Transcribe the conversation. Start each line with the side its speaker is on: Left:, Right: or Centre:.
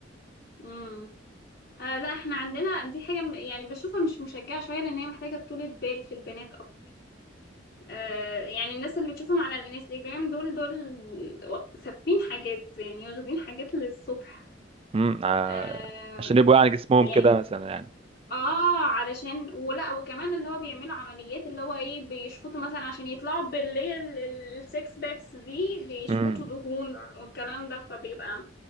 Left: امم آه لا احنا عندنا دي حاجة م- يعني بشوفها مش مشجعة شوية لان هي محتاجة طولة بال في البنات اكتر آه يعني الناس اللي بتشوفهم على الانستجرام دول دول سافين حاجات يعني واخدين حاجات للصبح
Right: امم آه،
Left: آه
Right: عشان يبقوا يعني جسمهم
Left: يعني
Right: كده مثلا يعني
Left: اه علشان ولا وكمان اللي هو بيعملوا عمليات اللي هو ايه بيشفطوا مثلا عشان يطلعوا باللي هي ال- ال- السكس باكس دي بيشفطوا
Right: امم
Left: دهون والكلام ده فبيبقى